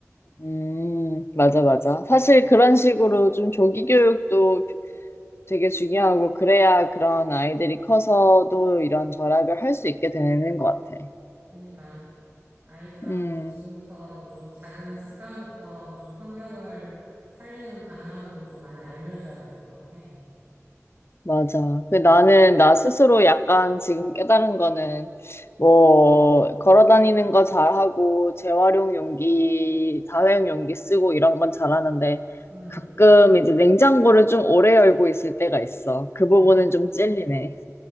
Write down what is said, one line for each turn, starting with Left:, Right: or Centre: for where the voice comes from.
Left: 음, 맞아, 맞아. 사실 그런 식으로 좀 조기 교육도 되게 중요하고 그래야 그런 아이들이 커서도 이런 절약을 할 수 있게 되는 것 같아.
Right: 그러니까 아이들한테
Left: 음,
Right: 지금부터라도 좀 작은 습관부터 좀 환경을 살리는 방향으로 좀 많이 알려줘야 될 것 같아.
Left: 맞아. 그 나는 나 스스로 약간 지금 깨달은 거는 뭐 걸어 다니는 거 잘하고 재활용 용기, 다회용 용기 쓰고 이런 건 잘하는데
Right: 음,
Left: 가끔 이제 냉장고를 좀 오래 열고 있을 때가 있어. 그
Right: 어,
Left: 부분은 좀 찔리네.